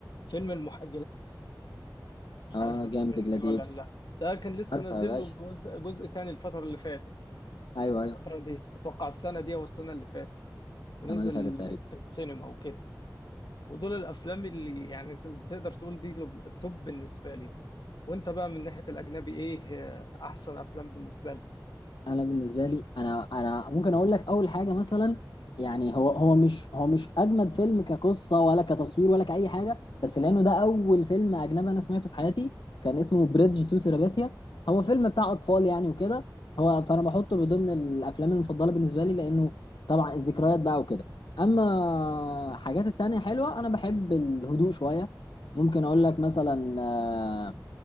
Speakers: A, on the left; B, on the left.
A: فيلم المح... مش
B: آه
A: عارف لو
B: جامد
A: سمعت
B: جلاديتور
A: بيه ولا لا ده كان لسه
B: عارفه
A: نازل
B: يا باشا
A: له جزء جزء تاني الفترة اللي فاتت
B: أيوه
A: الفترة
B: أيوه
A: دي أتوقع السنة دي أو السنة اللي فاتت ونزل
B: السنة اللي فاتت تقريبا
A: في السينما وكده ودول الأفلام اللي يعني تقدر تقول دي التوب بالنسبة لي وأنت بقى من ناحية الأجنبي إيه أحسن أفلام بالنسبة لك
B: انا بالنسبه لي انا انا ممكن اقول لك اول حاجه مثلا يعني هو هو مش هو مش اجمد فيلم كقصه ولا كتصوير ولا كاي حاجه بس لانه ده اول فيلم اجنبي انا سمعته في حياتي كان اسمه بريدج تو تراباثيا هو فيلم بتاع اطفال يعني وكده هو فانا بحطه بضمن الافلام المفضله بالنسبه لي لانه طبعا الذكريات بقى وكده اما حاجات التانية حلوه انا بحب الهدوء شويه ممكن اقول لك مثلا آه،